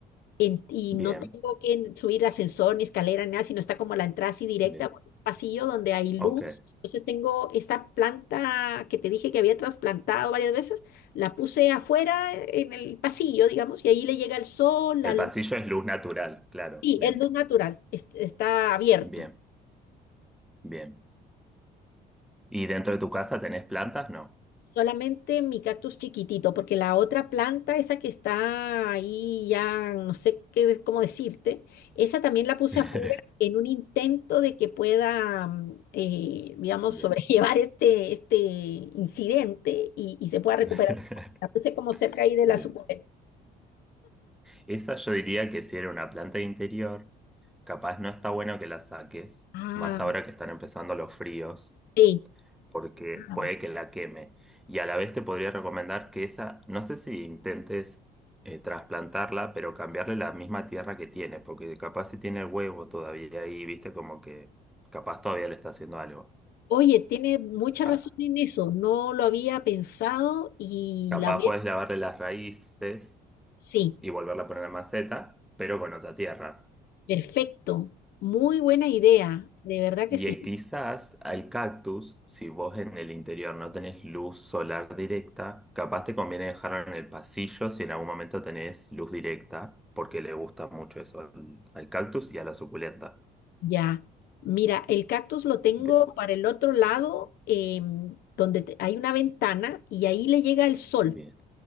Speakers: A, on the left; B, in the centre.
A: en- y
B: Bien,
A: no tengo que en- subir ascensor ni escalera ni nada, sino está como la entrada así directa,
B: bien,
A: por un pasillo donde hay
B: ok.
A: luz. Entonces tengo esta planta que te dije que había trasplantado varias veces, la puse afuera en el pasillo, digamos, y ahí le llega el sol, la
B: El
A: luz.
B: pasillo es luz natural, claro,
A: Sí,
B: bien,
A: es luz natural, es- está abierto.
B: bien, bien. ¿Y dentro de tu casa tenés plantas? No.
A: Solamente mi cactus chiquitito, porque la otra planta, esa que está ahí ya, no sé qué, de- cómo decirte, esa también la puse
B: <laughs>
A: afuera en un intento de que pueda, mm, eh, digamos,
B: Bien,
A: <laughs> sobrellevar este, este incidente y, y se pueda recuperar.
B: <laughs>
A: La puse como cerca ahí de la
B: bien.
A: suculenta.
B: Esa yo diría que si era una planta de interior, capaz no está bueno que la saques,
A: Ah,
B: más ahora que están empezando los fríos.
A: sí.
B: porque
A: Ah.
B: puede que la queme. Y a la vez te podría recomendar que esa, no sé si intentes eh, trasplantarla, pero cambiarle la misma tierra que tiene, porque capaz si tiene el huevo todavía ahí, viste, como que capaz todavía le está haciendo algo.
A: Oye, tiene mucha
B: Ah,
A: razón en eso, no lo había pensado y
B: capaz
A: la voy
B: puedes
A: a...
B: lavarle las raíces
A: Sí.
B: y volverla a poner en la maceta, pero con otra tierra.
A: Perfecto, muy buena idea, de verdad que
B: Y
A: sí.
B: eh, quizás al cactus, si vos en el interior no tenés luz solar directa, capaz te conviene dejarlo en el pasillo si en algún momento tenés luz directa, porque le gusta mucho eso al, al cactus y a la suculenta.
A: Ya, mira, el cactus lo tengo
B: De-
A: para el otro lado, em, donde te- hay una ventana y ahí le llega el sol.
B: bien,